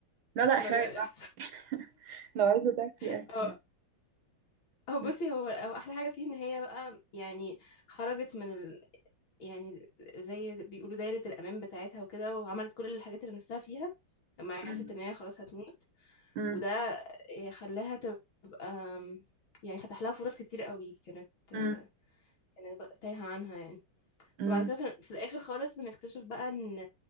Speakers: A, on the right; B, on the left.
A: لا لا
B: اتفرجي
A: احرقي
B: عليه
A: براحتك
B: احسن
A: لو عايزه تحكي
B: <laughs>
A: احكي
B: اه هو بصي
A: م-
B: هو هو احلى حاجة فيه ان هي بقى يعني خرجت من ال... يعني زي بيقولوا دايرة الامان بتاعتها وكده وعملت كل الحاجات اللي نفسها فيها لما
A: م-
B: عرفت ان هي خلاص هتموت
A: م-
B: وده آه، خلاها تبقى آم، يعني فتح لها فرص كتير قوي كانت آه،
A: م.
B: كانت تايهة عنها يعني
A: امم
B: فبعد كده في في الاخر خالص بنكتشف بقى ان